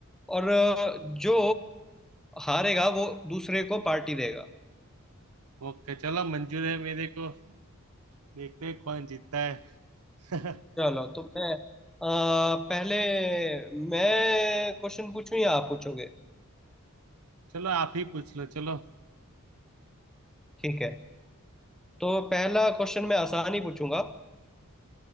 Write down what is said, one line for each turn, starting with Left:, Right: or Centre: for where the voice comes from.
Centre: और अ, जो हारेगा वो दूसरे को पार्टी देगा
Right: ओके चलो मंजूर है मेरे को देखते हैं कौन जीतता है <laughs>
Centre: चलो तो मैं अ, पहले मैं क्वेश्चन पूछूं या आप पूछोगे
Right: चलो आप ही पूछ लो चलो
Centre: ठीक है तो पहला क्वेश्चन मैं आसान ही पूछूंगा